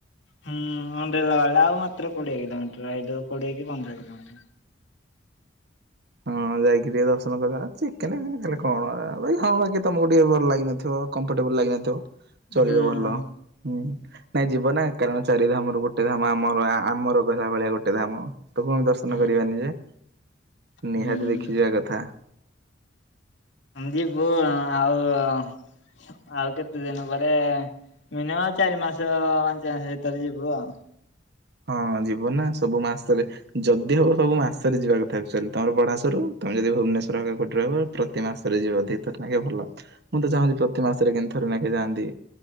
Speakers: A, on the left (about 75°); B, on the right (about 60°).
A: ହୁଁ ଅଣ୍ଡେଲା ବେ ଆଉ ମାତ୍ର କୋଡିଏ କିଲୋମିଟରରୁ ଆଇଦର କୋଡିଏ କି ପନ୍ଦର କିଲୋମିଟର।
B: ହଁ ଯାଇକି ଟିକେ ଦର୍ଶନ କରିବା, ଚିକେନ ଫିକେନ କଣ ଭାଇ ହଁ ବାକି ତମକୁ ଟିକେ ଭଲ ଲାଗିିନଥିବ କମ୍ଫର୍ଟେବୁଲ ଲାଗିିନଥିବ। ଚଳିବ
A: ହୁଁ
B: ଭଲ, ହୁଁ। ନାଇଁ ଯିବ ନା କାରଣ ଚାରିଧାମ ର ଗୋଟେ ଧାମ ଆମର ଆମର ଗଲା ଭଳିଆ ଗୋଟେ ଧାମ। ଠାକୁରଙ୍କୁ ଦର୍ଶନ
A: ହୁଁ
B: କରିବାନି ଯେ। ନିହାତି
A: ହୁଁ
B: ଦେଖିଯିବା କଥା।
A: ଯିବୁ ଆଉ, ଆଉ, କେତେ ଦିନ ପରେ ମିନିମମ ଚାରି ମାସ, ପାଞ୍ଚ ମାସ ଭିତରେ ଯିବୁ ଆଉ।
B: ହଁ ଯିବ ନା, ସବୁ ମାସରେ ଯଦି ହବ ସବୁ ମାସରେ ଯିବା କଥା ଆକଚୁଆଲି, ତମର ପଢାଶରୁ ତମେ ଯଦି ଭୁବନେଶ୍ଵର ହେଇକା କୋଉଠି ରହିବ ପ୍ରତି ମାସରେ ଯିବ ଅଧିକ ଥର ଲେଖା ଭଲ। ମୁଁ ତ ଚାହୁଁଛି ପ୍ରତି ମାସରେ କେମତି ଥରେ ଲେଖା ଯାଆନ୍ତି।